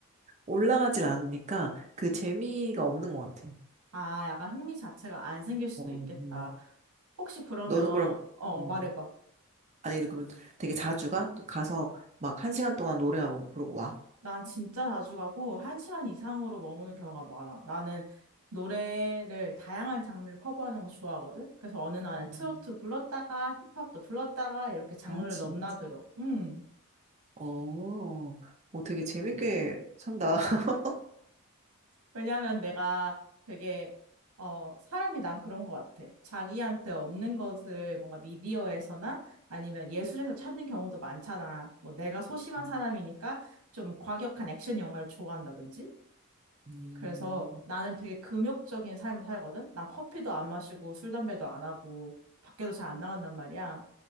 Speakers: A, on the right (about 30°); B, on the right (about 75°).
A: 올라가질 않으니까 그 재미가 없는 것 같아.
B: 아, 약간 흥미 자체가 안 생길 수도
A: 어,
B: 있겠다.
A: 뭐.
B: 혹시 그러면,
A: 너는 그럼,
B: 어, 어,
A: 음,
B: 말해봐.
A: 아니, 그러면 되게 자주 가? 가서 막 한 시간 동안 노래하고 그러고 와?
B: 난 진짜 자주 가고 한 시간 이상으로 머무는 경우가 많아. 나는 노래를 다양한 장르를 커버하는 거 좋아하거든. 그래서 어느 날은
A: 음,
B: 트로트 불렀다가 힙합도 불렀다가 이렇게 장르를
A: 아, 진짜.
B: 넘나들어. 음.
A: 어, 어, 되게 재밌게 산다. <laughs>
B: 왜냐면 내가 되게 어 사람이 난 그런 것 같아. 자기한테 없는 것을 뭔가 미디어에서나 아니면 예술에서 찾는 경우도 많잖아. 뭐 내가 소심한
A: 그치.
B: 사람이니까 좀 과격한 액션 영화를 좋아한다든지.
A: 음,
B: 그래서 나는 되게 금욕적인 삶을 살거든? 난 커피도 안 마시고 술, 담배도 안 하고 밖에도 잘 안 나간단 말이야.